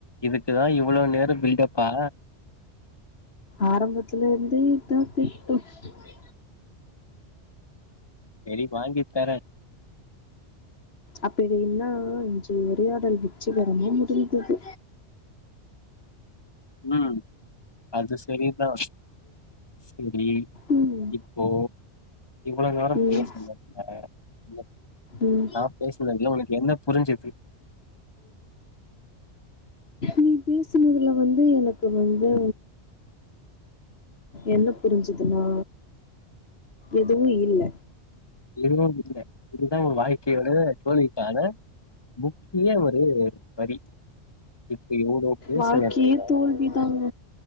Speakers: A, on the left (about 20°); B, on the left (about 60°).
A: இதுக்குதா இவ்ளோ நேரோ பில்டப்பா
B: ஆரம்பத்துல இருந்தே <inaudible>
A: செரி வாங்கித்தறே
B: அப்பிடின்னா இன்று உரையாடல் வெற்றிகரமா முடிந்தது
A: ம் அது செரிதா செரி
B: ம்
A: இப்போ இவ்ளோ நேரோ
B: ம்
A: பேசுனதுல
B: ம்
A: நா பேசுனதுல உனக்கு என்ன புரிஞ்சிது
B: நீ பேசுனதுல வந்து எனக்கு வந்து என்ன புரிஞ்சிதுன்னா எதுவு இல்ல
A: <unintelligible> இதுதா உ வாழ்க்கையோட தோல்விக்கான முக்கிய ஒரு வரி இப்ப இவ்ளோ பேசுனதில்ல
B: வாழ்க்கையே தோல்விதாங்க